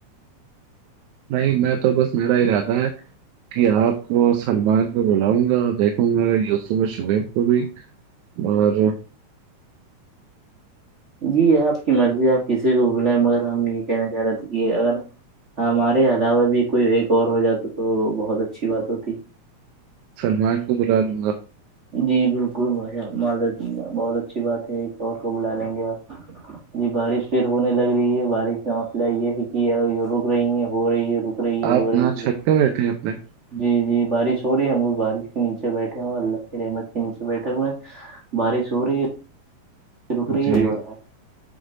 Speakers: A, on the right; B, on the right.
A: نہیں میں تو بس میرا ہی رہتا ہے کہ آپ کو سلمان کو بلاؤں گا اور دیکھوں گا یوسف شعیب کو بھی اور
B: جی آپ کی مرضی آپ کسی کو بلائیں مگر ہم یہ کہنا چاہ رہے تھے کہ اگر ہاں ہمارے علاوہ بھی کوئی ایک اور ہو جاتا تو بہت اچھی بات ہوتی
A: سلمان کو بلا لوں گا
B: جی بالکل بھ معذر ج بہت اچھی بات ہے ایک اور کو بلا لیں گے آپ جی بارش پھر ہونے لگ رہی ہے بارش کا مسئلہ یہ ہے کہ رک رہی ہے ہو رہی ہے رک رہی ہے ہو
A: آپ
B: رہی
A: یہاں چھت
B: ہے
A: پہ بیٹھے ہیں اپنے
B: جی جی بارش ہو رہی ہے ہم بارش کے نیچے بیٹھے ہو اللہ کے نیچے بیٹھے ہوئے ہیں بارش ہو رہی ہے رک رہی
A: جی
B: ہو رہا ہے